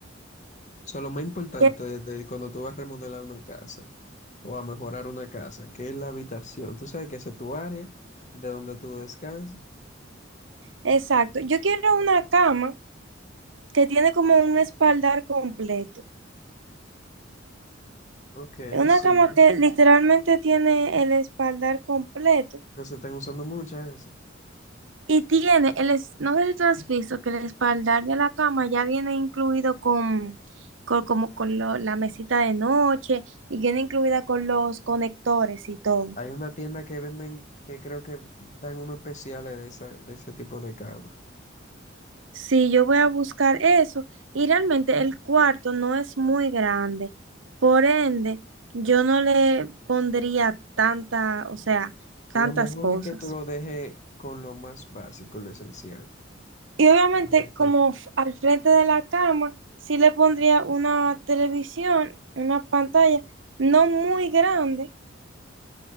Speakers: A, on the left (about 40°); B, on the right (about 80°).
A: Eso es lo más importante
B: que-
A: de, cuando tú vas a remodelar una casa o a mejorar una casa, que es la habitación. Tú sabes que esa es tu área de donde tú descansas.
B: exacto. Yo quiero una cama que tiene como un espaldar completo.
A: Ok,
B: Una
A: sí.
B: cama que literalmente tiene el espaldar completo.
A: No se están usando muchas esas.
B: Y tiene, el es- no sé si tú has visto que el espaldar de la cama ya viene incluido con, con- como con lo- la mesita de noche y viene incluida con los conectores y todo.
A: Hay una tienda que venden, que creo que dan unos especiales de, esa, de ese tipo de cama.
B: Sí, yo voy a buscar eso y realmente el cuarto no es muy grande, por ende, yo no le pondría tanta, o sea, tantas
A: Lo mejor
B: cosas.
A: es que tú lo dejes con lo más básico, lo esencial.
B: Y obviamente,
A: Ok.
B: como f- al frente de la cama, sí le pondría una televisión, una pantalla, no muy grande,